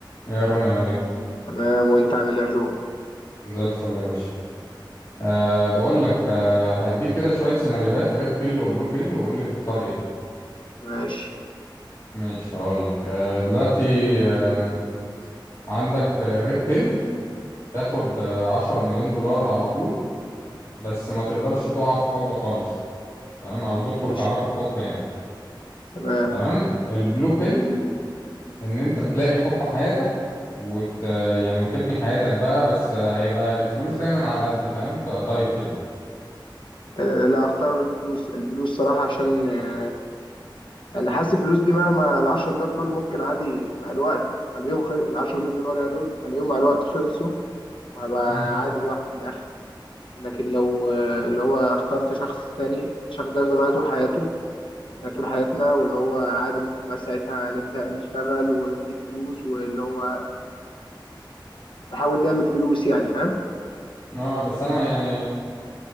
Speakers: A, on the left (about 35°); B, on the left (about 75°).
A: يا روني عامل ايه
B: تمام وانت عامل ايه يا جو
A: زي الفل يا باشا أه بقول لك أه هديك كده شويه سيناريوهات ريد بيل وبلو بيل وقول لي تختار ايه
B: ماشي
A: ماشي هقول لك أه دلوقتي آم، عندك الريد بيل تاخد آه، عشرة مليون دولار على طول بس ما تقدرش تقع في حب خالص تمام او تدخل
B: ماشي
A: في علاقه حب يعني
B: تمام
A: تمام البلو بيل ان انت تلاقي حب حياتك وت يعني وتبني حياتك بقى بس آه، هيبقى الفلوس دايما على قد فاهم تبقى تايت يعني
B: آه لا اختار الفلوس الفلوس صراحة عشان آه انا حاسس الفلوس دي مهما ال 10 دولار دول ممكن عادي مع الوقت اليوم خل... ال 10 مليون دولار يعني دول اليوم مع الوقت خلصوا وهبقى
A: مم.
B: عادي لوحدي في الاخر لكن لو آه اللي هو اخترت شخص تاني الشخص ده هيفضل معايا طول حياته يعني طول حياتنا واللي هو عادي ممكن بقى ساعتها نبدأ نشتغل ونجيب فلوس واللي هو نحاول نعمل فلوس يعني فاهم
A: اه بس انا يعني